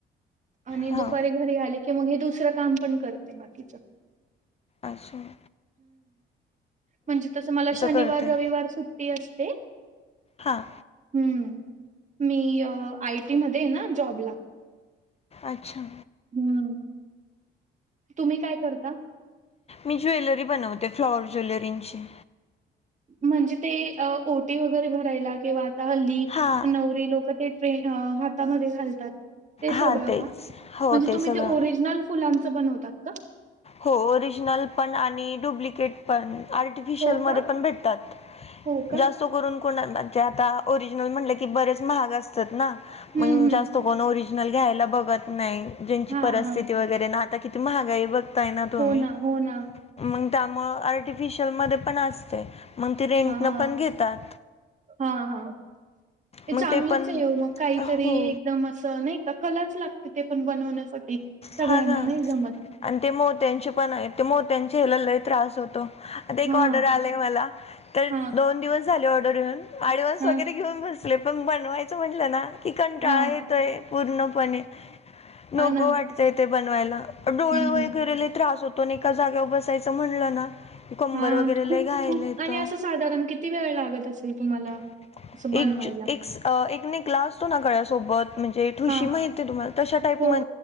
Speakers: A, on the right; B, on the left.
A: आणि
B: हां,
A: दुपारी घरी आली की मग हे दुसरं काम पण करते बाकीच..
B: असजून..
A: म्हणजे तसं मला शनिवार
B: करते.
A: रविवार सुट्टी असते..
B: हां,
A: हम्म! मी आय टी मध्ये ना जॉबला..
B: अच्छा!
A: हम्म तुम्ही काय करता!
B: मी ज्वेलरी बनवते फ्लॉवर ज्वेलरींची..
A: म्हणजे ते ओटी वगैरे भरायला किंवा हल्ली
B: हां
A: नवरी लोक ते ट्रेन हातामध्ये घालतात.. ते
B: हां
A: सगळं
B: तेच
A: का
B: हो
A: म्हणजे तुम्ही
B: सगळं
A: ते ओरिजनल फुलांचं बनवतात का.
B: हो ओरिजनल पण आणि डुप्लिकेट पण. आर्टिफिशियल
A: हो
B: मध्ये
A: का?
B: पण भेटतात
A: हो का?
B: जास्त करून.. आ ओरजल म्हनल की बरेच महा असतातत..
A: हं, हं.
B: घ्यायला बघत नाही ज्यांची
A: हां,
B: परिस्थिती
A: हां.
B: वगैरे आता किती महागाई बघ.. बघताय ना तुम्ही
A: हो हो ना.
B: मग त्यामुळे आर्टिफिशल म पण असते.. मग ते रेंट
A: हां,
B: पण घेतात.
A: हां, हां. ते
B: मग
A: चांगलंच
B: पण
A: आहे मग काहीतरी
B: हो
A: एकदम अस नाही का कलाच लागते ते. पण बनवण्यासाठी सगळ्यांना
B: हां ना
A: नाही जमत.
B: आणि ते मोत्यांचे पण आहे ते मोत्याचे हे ला लय त्रास होतो. आता एक
A: हां,
B: ऑर्डर आला आहे मला तर
A: हां,
B: दोन दिवस झाले ऑर्डर घेऊन, ऍडव्हान्स
A: हां,
B: वगैरे घेऊन बसले पण बनवायचं म्हटलं ना. कि कंटाळा
A: हां.
B: येतोय पूर्णपणे नको
A: हां ना.
B: वाटत य तेे बनवायला.. डोळे
A: हं.
B: वगैरे लय त्रास होतो एका जागेवर बसायचं म्हटलं ना की कंबर
A: हा
B: वगैरे
A: खूप
B: लय घायला
A: खूप
B: येतो
A: आणि असं साधारण किती वेळ लागत असेल तुम्हाला.
B: <unintelligible>
A: असं बनवायला.
B: एक एक नक ला असतो ना गळ्यासोबत म्हणजे ठुशी
A: हां,
B: माहितीे तुम्हाला तशा टाईप
A: हो,
B: म